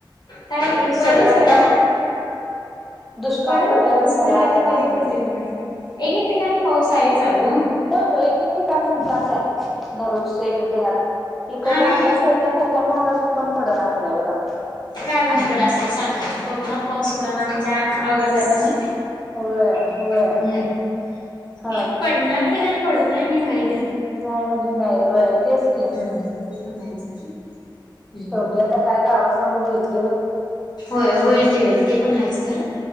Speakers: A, on the left; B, in the centre.
A: काय पडेल
B: सगळं
A: सोडा
B: आता दुष्काळ
A: पडेल
B: पडल्यागत
A: पाऊस
B: झाला
A: खरं
B: आमचा
A: आता
B: भाग
A: कधी पडते
B: तरी
A: म कुणाष्टाऊ एक एक ठिकाणी पाऊस आहे चालू
B: हो होय ठिकाणी मोठाच आहे दररोज एकडेे आले इकडल्या
A: आणि
B: आमच्या साईडला कोकण भागात पण पडणार झालाय बघा
A: काय भानगड असेल सांगा कोकणात पाऊस बड ना जा अवघड झालं ना
B: होय
A: हम्म
B: होय
A: हम्म
B: हा
A: पडणार त्या त्या पडतयहाय
B: नाही म्हणजे नाही व तेच क
A: हम्म ते पण आहेच खरं हम्म
B: शेवटी
A: हम्म
B: आता काय गावा अस <inaudible>
A: होय होईल ते होईल ते पण आहेच खरं